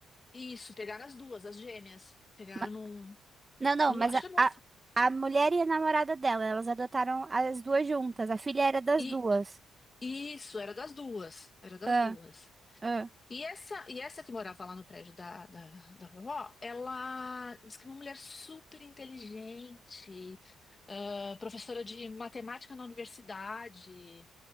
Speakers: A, on the left; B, on the right.
A: Isso, pegaram as duas, as gêmeas. Pegaram
B: Ma-
A: num.
B: Não, não,
A: No,
B: mas
A: acho
B: a,
A: que é no,
B: a, a mulher e a namorada dela, elas adotaram as duas juntas. A filha era das
A: e
B: duas.
A: isso, era das duas. Era das
B: Ah,
A: duas.
B: ah.
A: E essa, e essa que morava lá no prédio da, da, da vovó, ela disse que é uma mulher super inteligente, ah, professora de matemática na universidade,